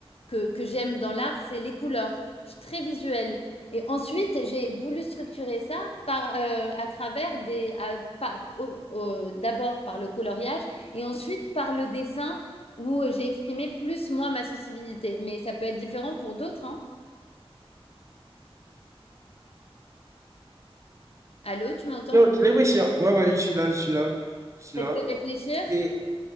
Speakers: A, on the left; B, on the right.
A: que, que j'aime dans l'art, c'est les couleurs. Je suis très visuelle. Et ensuite, j'ai voulu structurer ça par, euh, à travers des, à- par- au- au- d'abord par le coloriage et ensuite par le dessin où j'ai exprimé plus, moi, ma sensibilité. Mais ça peut être différent pour d'autres, hein. Allô, tu m'entends?
B: Non, j'ai l'impression. Ouais, ouais, je suis là, je suis là. Je suis
A: Ça
B: là.
A: te fait réfléchir?
B: Et,